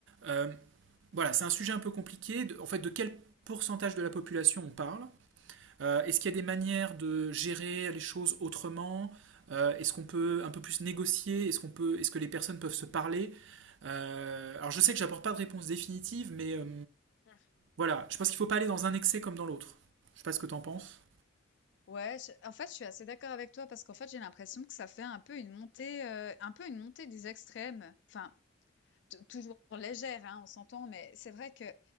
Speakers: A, on the right; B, on the left.
A: euh, Voilà, c'est un sujet un peu compliqué. De, en fait, de quel pourcentage de la population on parle euh, Est-ce qu'il y a des manières de gérer les choses autrement Euh, Est-ce qu'on peut un peu plus négocier Est-ce qu'on peut, est-ce que les personnes peuvent se parler Euh, Alors je sais que j'apporte pas de réponse définitive, mais euh,
B: Ah.
A: voilà, je pense qu'il faut pas aller dans un excès comme dans l'autre. Je sais pas ce que t'en penses.
B: Ouais, je- en fait, je suis assez d'accord avec toi parce qu'en fait, j'ai l'impression que ça fait un peu une montée, euh, un peu une montée des extrêmes. Enfin, t- toujours légère, hein, on s'entend, mais c'est vrai que,